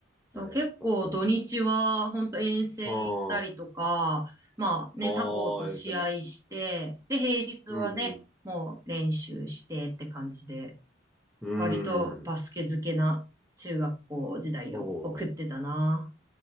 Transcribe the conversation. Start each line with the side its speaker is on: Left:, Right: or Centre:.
Right: そう、結構土日は本当遠征行ったりとか、
Centre: やっぱそう。ああ。
Right: まあね、
Centre: ああ、
Right: 他校と試合して、
Centre: え、でも。
Right: で、平日はね、
Centre: うんうん。
Right: もう練習してって感じで、
Centre: うん。
Right: 割とバスケ漬けな中学校時代を送ってたな。
Centre: そうだ。